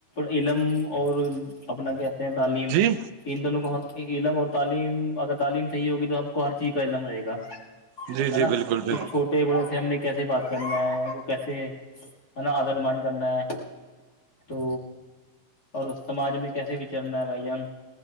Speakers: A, on the left (about 35°); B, on the right (about 80°).
A: علم اور اپنا کہتے ہیں تعلیم
B: جی
A: ان دونوں کو علم اور تعلیم اگر تعلیم صحیح ہوگی تو سب کو ہر چیز کا علم رہے گا
B: جی جی
A: ہے نا
B: بالکل بالکل
A: کہ چھوٹے بڑے سے ہم نے کیسے بات کرنا ہے کیسے ہے نا آدر مان کرنا ہے تو اور سماج میں کیسے وچرنا ہے بھائی جان